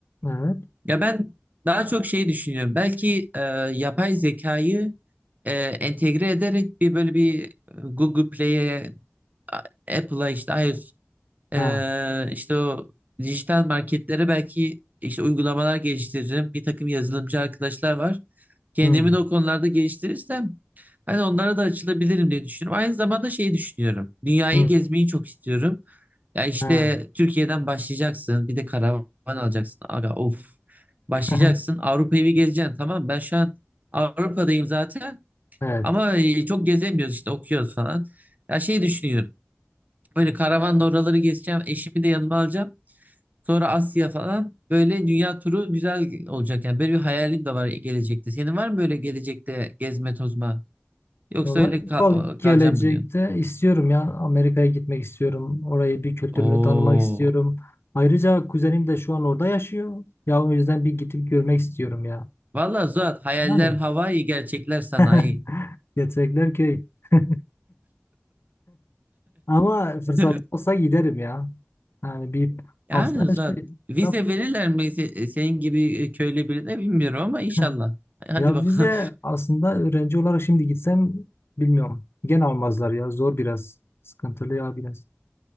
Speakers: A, on the left; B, on the right.
A: evet.
B: Ya ben daha çok şey düşünüyorum. Belki e, yapay zekayı e, entegre ederek bir böyle bir e, Google Play'e, Apple'a işte iOS ee,
A: Ha,
B: işte o dijital marketlere belki işte uygulamalar geliştiririm. Bir takım yazılımcı arkadaşlar var. Kendimi
A: hmm,
B: de o konularda geliştirirsem hani onlara da açılabilirim diye düşünüyorum. Aynı zamanda şeyi düşünüyorum. Dünyayı
A: hmm,
B: gezmeyi çok istiyorum. Ya işte
A: ha.
B: Türkiye'den başlayacaksın. Bir de karavan alacaksın. Aga of. Başlayacaksın.
A: <laughs>
B: Avrupa'yı bir gezeceksin. Tamam ben şu an Avrupa'dayım zaten.
A: Evet.
B: Ama e, çok gezemiyoruz işte okuyoruz falan. Ya şey düşünüyorum. Böyle karavanla oraları gezeceğim. Eşimi de yanıma alacağım. Sonra Asya falan. Böyle dünya turu güzel olacak yani. Böyle bir hayalim de var gelecekte. Senin var mı böyle gelecekte gezme tozma? Yoksa
A: Valla
B: öyle
A: İkbal
B: kal o-
A: gelecekte
B: kalacağım mı diyorsun?
A: istiyorum ya Amerika'ya gitmek istiyorum. Orayı bir kültürünü
B: Oo.
A: tanımak istiyorum. Ayrıca kuzenim de şu an orada yaşıyor. Ya o yüzden bir gidip görmek istiyorum ya.
B: Vallahi Zuhat hayaller
A: Yani
B: Hawaii gerçekler sanayi.
A: <laughs> gerçekler köy. <laughs> Ama fırsat
B: <laughs>
A: olsa giderim ya. Yani bir
B: Yani
A: aslında
B: Zuhat
A: şey,
B: vize
A: da-
B: verirler mi se- senin gibi köylü birine bilmiyorum ama
A: <laughs>
B: inşallah. Hadi
A: ya
B: bakalım.
A: vize aslında öğrenci olarak şimdi gitsem bilmiyorum. Gene almazlar ya zor biraz. Sıkıntılı ya biraz.